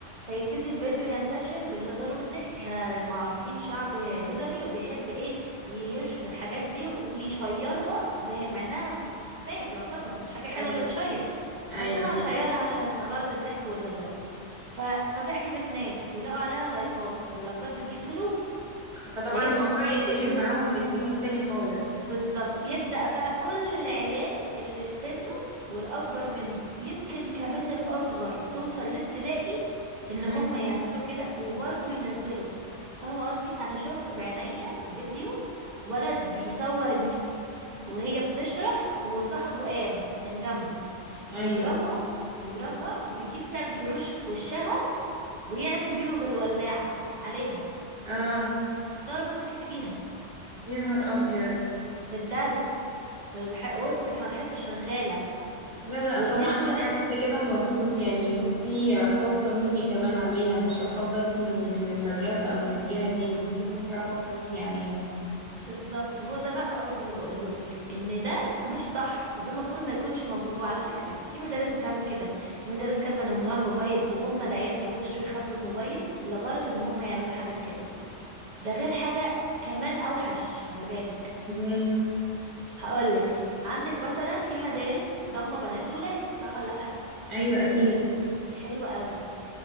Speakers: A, on the right; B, on the right.
A: هيبتدي الفيديو ينتشر بالهزار والضحك احنا ما عارفين شعب هزاري وبيحب ايه ينشر الحاجات دي ويشيرها به- مع انها فساد يعتبر مش حاجة حلوة
B: أيوه
A: تتشير
B: أيوه
A: بس انا هشيرها عشان غرض الضحك والهزار ف... فتعجب الناس يلاقوا عليها لايكات واللايكات بتجيب فلوس
B: فطبعا
A: فيبدأ
B: الموضوع يتقلب معاهم لاتجاه تاني خالص
A: بالظبط يبدأ بقى كل العيال اللي في سنه والأكبر منه يمكن كمان الأصغر وتوصل لابتدائي إن
B: امم
A: هم يعملوا كده وبرضه ينزلوا فاهمة قصدي أنا شفت بعينيا فيديو ولد بيصور الميس وهي بتشرح وصاحبه قام من جنبه
B: أيوه
A: يضربها يضربها ويجيب تلج يرشه في وشها ويعمل بيبو بالولاعة عليها
B: آه
A: النار مسكت فيها
B: يا نهار أبيض
A: في الدرس في الح- وسط الح- ما الحصة شغالة
B: لا لا
A: والفيديو
B: طبعا ده
A: نزل
B: حاجة زي كده المفروض يعني يكون في عقاب قانوني كمان عليها مش عقاب بس من من المدرسة أو من الجهة دي المفروض يكون في عقاب قانوني عليها
A: بالظبط هو ده بقى قصدي اللي بقوله لك ان ده مش صح وده المفروض ما يكونش موجود وعلى فكره في مدارس بتعمل كده في مدارس كاتبه ان ممنوع الموبايل وهم العيال بيخشوا يخبوا الموبايل لغرض ان هم يعملوا حاجات كده ده غير حاجه كمان اوحش خلي بالك
B: ليه؟
A: هقول لك عندك مثلا في مدارس ضم بنات وولاد صح ولا لا
B: أيوة أكيد
A: حلو قوي